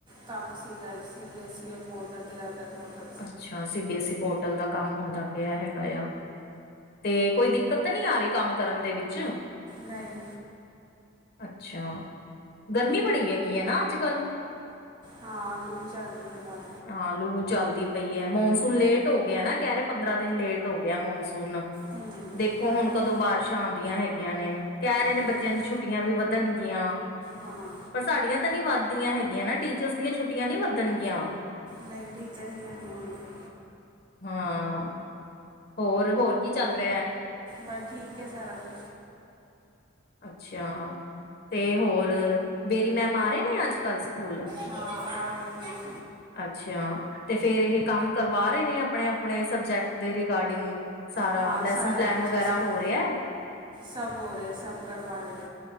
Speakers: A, on the right; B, on the left.
A: ਕੰਮ ਸੀਗਾ C B S E portal ਤੇ ਅਦਰ ਪੋਟਲ
B: ਅੱਛਾ C B S E portal ਦਾ ਕੰਮ ਹੁੰਦਾ ਪਿਆ ਹੈਗਾ ਆ ਤੇ ਕੋਈ ਦਿੱਕਤ ਤਾਂ ਨਹੀ ਆ ਰਹੀ ਕੰਮ ਕਰਨ ਦੇ ਵਿੱਚ
A: ਨਹੀਂ
B: ਅੱਛਾ, ਗਰਮੀ ਬੜੀ ਹੈਗੀ ਹੈ ਨਾ ਅੱਜ ਕੱਲ੍ਹ
A: ਹਾਂ, ਲੂ ਚੱਲਦੀ ਹੈ ਬਾਹਰ
B: ਹਾਂ, ਲੂ ਚੱਲਦੀ ਪਈ ਹੈ, ਮੌਨਸੂਨ ਲੇਟ ਹੋ ਗਿਆ ਏ ਨਾ, ਕਹਿ ਰਹੇ ਪੰਦਰਾਂ ਦਿਨ ਲੇਟ ਹੋ ਗਿਆ ਮੌਨਸੂਨ
A: ਹੂੰ
B: ਦੇਖੋ, ਹੁਣ ਕਦੋਂ
A: ਦਿਨ
B: ਬਾਰਿਸ਼ਾਂ ਆਉਂਦੀਆਂ ਹੈਗੀਆਂ ਨੇ ਕਹਿ ਰਹੇ
A: ਹਾਂ,
B: ਨੇ ਬੱਚਿਆਂ ਦੀ ਛੁੱਟੀਆਂ ਵੀ ਵੱਧਣ ਯਾਂ
A: ਹਾਂ
B: ਪਰ ਸਾਡੀਆਂ ਤਾਂ ਨਹੀਂ ਵੱਧਦੀਆਂ ਹੈਗੀਆਂ ਨਾ ਟੀਚਰਸ ਦੀਆਂ ਛੁੱਟੀਆਂ ਨੀ ਵੱਧਣਗੀਆਂ
A: ਨਹੀਂ, ਟੀਚਰਜ਼ ਦੀਆਂ ਨਹੀਂ ਹੋਣਗੀਆਂ
B: ਹਾਂ ਹੋਰ, ਹੋਰ ਕੀ ਚੱਲ ਰਿਹੈ
A: ਬਸ, ਠੀਕ ਹੈ ਸਾਰਾ ਕੁ
B: ਅੱਛਾ, ਤੇ ਹੋਰ, ਬੇਰੀ ਮੈਮ ਆ ਰਹੇ ਨੇ, ਅੱਜ ਕੱਲ੍ਹ ਸਕੂਲ
A: ਹਾਂ, ਆ ਰਹੇ ਨੇ
B: ਅੱਛਾ, ਤੇ ਫੇਰ ਇਹ ਕੰਮ ਕਰਵਾ ਰਹੇ ਨੇ ਆਪਣੇ ਆਪਣੇ ਸਬਜੈਕਟ ਦੇ ਰਿਗਾਰਡਿੰਗ, ਸਾਰਾ
A: ਹਾਂ
B: ਲੈਸਨ
A: ਸਾਰੇ
B: ਪਲੈਨ
A: ਟੀਚਰਸ
B: ਵਗੈਰਾ
A: ਕਰ
B: ਹੋ ਰਿਹੈ
A: ਸਭ ਹੋ ਰਿਹਾ ਹੈ, ਸਭ ਕਰਵਾ ਰਹੇ